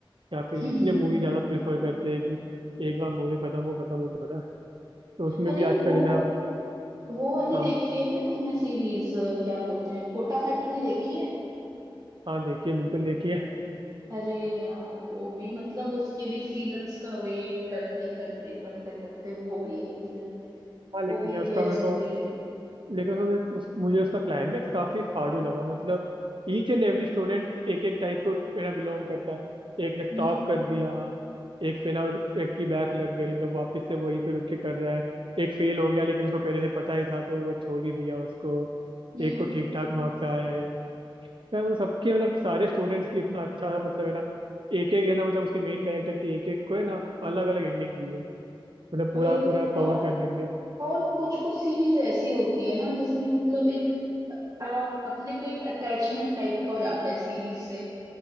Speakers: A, on the right (about 65°); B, on the right (about 40°).
A: या फिर
B: <laughs>
A: इसलिए मूवी ज़्यादा प्रेफर करते हैं कि एक बार मूवी खत्म हो खत्म हो पूरा तो उसमें
B: अरे
A: भी आजकल
B: वो
A: है ना
B: वो वाली
A: हाँ
B: देखी है क्या तुमने सीरीज क्या बोलते हैं कोटा फैक्ट्री देखी है
A: हाँ देखिए बिल्कुल देखिए
B: अरे यार वो भी मतलब उसके भी सीजन्स का वेट करते करते करते करते वो भी एक
A: हाँ लेकिन
B: वो भी
A: यार
B: एक
A: उसका
B: लेजेंडरी
A: मेरे को
B: है
A: लेकिन उसका उस, मुझे उसका क्लाइमेक्स काफ़ी फाड़ू लगा मतलब ईच एंड एवरी स्टूडेंट एक एक टाइप को मेरा बिलोंग करता है एक ने
B: हम्म
A: टॉप कर दिया एक फेना और एक की बैक लग गई मतलब वापस से वहीं पे रुक के कर रहा है एक फेल हो गया लेकिन उसको पहले से पता ही था तो वो छोड़ ही दिया उसको
B: हम्म
A: एक को ठीक ठाक मार्क्स आए हैं यार मतलब सबके मतलब सारे स्टूडेंट्स की इतना अच्छा सा मतलब है ना एक एक है ना मतलब उसके मेन कैरेक्टर की एक एक को है ना अलग अलग एंडिंग दी है मतलब पूरा
B: वही
A: पूरा
B: तो
A: कवर
B: और
A: करने के लिए
B: और कुछ कुछ सीरीज ऐसी होती है ना जिसमें मतलब एक आप अपने को एक अटैचमेंट टाइप का हो जाता है सीरीज से